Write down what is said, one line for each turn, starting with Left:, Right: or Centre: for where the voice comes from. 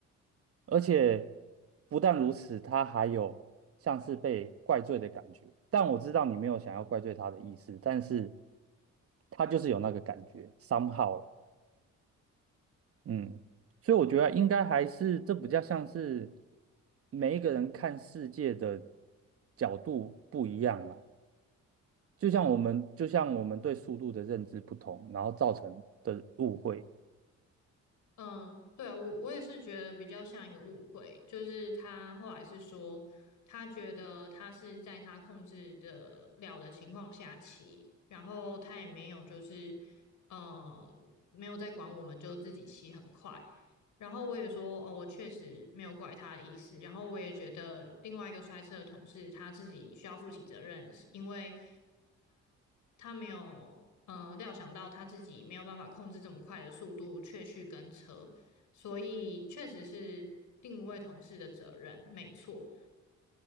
Right: 而且不但如此，他还有像是被怪罪的感觉。但我知道你没有想要怪罪他的意思，但是他就是有那个感觉，somehow 了嗯，所以我觉得应该还是这比较像是每一个人看世界的角度不一样啦，就像我们就像我们对速度的认知不同，然后造成的误会。
Left: 嗯，对啊，我我也是觉得比较像一个误会，就是他后来是说，他觉得他是在他控制的了的情况下骑，然后他也没有就是呃没有在管我们，就自己骑很快。然后我也说，哦，我确实没有怪他的意思。然后我也觉得另外一个摔车的同事他自己需要负起责任，是因为。他没有嗯、呃料想到他自己没有办法控制这么快的速度，却去跟车，所以确实是定位同事的责任，没错。